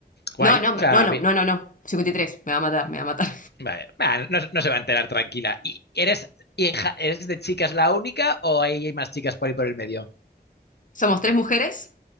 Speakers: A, on the left (about 75°); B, on the left (about 50°).
A: guay.
B: No, no,
A: O sea,
B: no, no,
A: bien.
B: no, no, no. 53. me va a matar, me va a matar.
A: Vale. Ah, no, no se va a enterar tranquila. ¿Y eres hija, eres de chicas la única o hay más chicas por ahí por el medio?
B: Somos tres mujeres